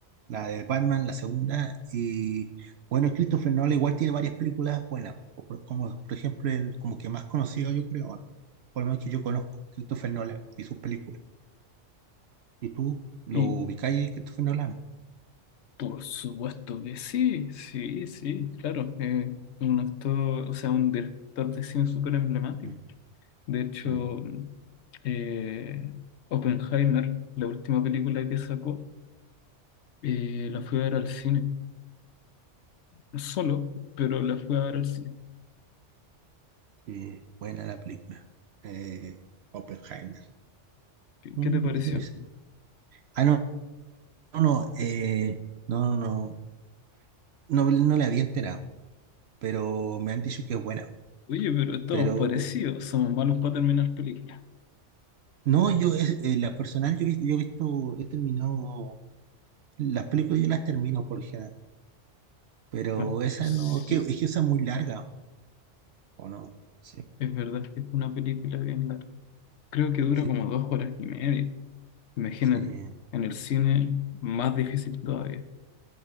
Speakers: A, on the right (about 65°); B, on the left (about 70°).
A: la de Batman, la segunda, y bueno, Christopher Nolan igual tiene varias películas buenas, o por- como por ejemplo, el como que más conocido yo creo, por lo menos que yo conozco, Christopher Nolan y sus películas. ¿Y tú lo
B: Y
A: ubicáis, Christopher Nolan?
B: Por supuesto que sí, sí, sí, claro. eh, un actor, o sea, un director de cine súper emblemático.
A: Mm,
B: De hecho,
A: mm.
B: eh, Oppenheimer, la última película que sacó, eh, la fui a ver al cine. no Solo, pero la fui a ver al cine.
A: Sí, buena la película. Eh, Oppenheimer.
B: ¿Qué,
A: Mm,
B: qué te pareció?
A: sí, sí. Ah, no, no, no, eh, no, no, no, no no la había enterado, pero me han dicho que es buena.
B: Oye, pero estamos
A: Pero
B: parecidos, somos malos para terminar películas.
A: no, yo es, eh, la personal yo, he vis- yo he visto, he terminado, las películas yo las termino por lo general, pero
B: Bueno,
A: esa
B: sí,
A: no, que, es que esa es muy larga, ¿o no? Sí,
B: es verdad que es una película bien larga. Creo que dura
A: sí,
B: como dos horas y media. Imagínate,
A: sí,
B: en el cine más difícil todavía.